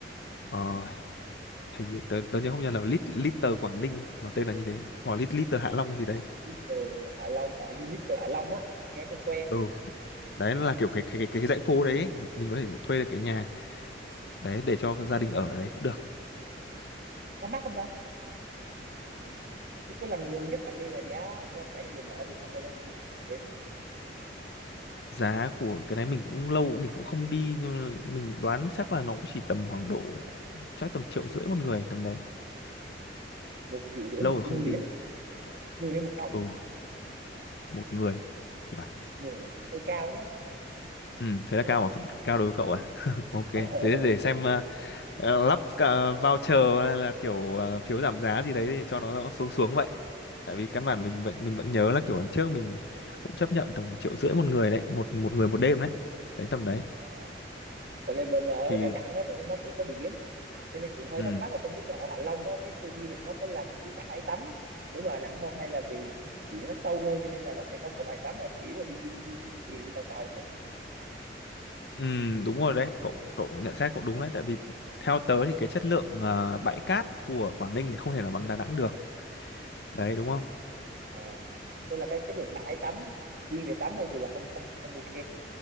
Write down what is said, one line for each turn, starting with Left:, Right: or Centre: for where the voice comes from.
Left: ờ, hình như tớ, tớ nhớ không nhớ là Lit Little Quảng Ninh nó tên là như thế hoặc Lit Little Hạ Long gì đấy
Right: Little Hạ Long ở như Little Hạ Long á nghe quen quen
Left: ừ đấy là kiểu cái cái cái, cái dãy phố đấy ấy. mình có thể thuê được cái nhà đấy để cho gia đình ở ở đấy cũng được
Right: có mắc không ta như cái lần gần nhất bạn đi là giá cho cả gia đình ở thì khoảng bao bao nhiêu một đêm
Left: giá của cái đấy mình cũng lâu mình cũng không đi nhưng mà mình đoán chắc là nó cũng chỉ tầm khoảng độ chắc tầm triệu rưỡi một người tầm đấy
Right: một triệu rưỡi
Left: lâu
Right: một
Left: rồi
Right: người
Left: không đi
Right: á người hay một phòng
Left: ừ một người thì phải
Right: người hơi cao nhá
Left: Ừ, thế
Right: nếu
Left: là cao
Right: mà
Left: mà
Right: một triệu
Left: cao
Right: thì
Left: đối với cậu
Right: triệu
Left: à?
Right: chứ.
Left: <laughs> Ok,
Right: Ờ,
Left: thế
Right: <laughs>
Left: để xem ờ, ờ, lắp ờ, voucher hay là kiểu ờ, phiếu giảm giá gì đấy để cho nó, nó xuống xuống vậy. Tại vì căn bản mình vẫn mình vẫn nhớ là kiểu lần trước mình cũng chấp nhận tầm triệu rưỡi một người đấy, một một người một đêm đấy. Đấy tầm đấy.
Right: ờ. à, tại vì mình ở
Left: Thì
Right: Đà Nẵng á cho nên nó cũng có biển cho nên cũng hơi
Left: ừ,
Right: thắc mắc là không biết là ở Hạ Long á cái khu du lịch nó có làm cái kiểu bãi tắm giống ở Đà Nẵng không hay là vì biển nó sâu hơn cho nên là nó sẽ không có bãi tắm là chỉ là đi du, du, du thuyền đi tàu tàu thôi
Left: ừ đúng rồi đấy, cậu cậu nhận xét cậu đúng đấy tại vì theo tớ thì cái chất lượng ờ, bãi cát của Quảng Ninh thì không thể là bằng Đà Nẵng được. Đấy đúng không?
Right: Ờ, thế là cái chất lượng bãi tắm riêng về tắm thôi thì là không không không ok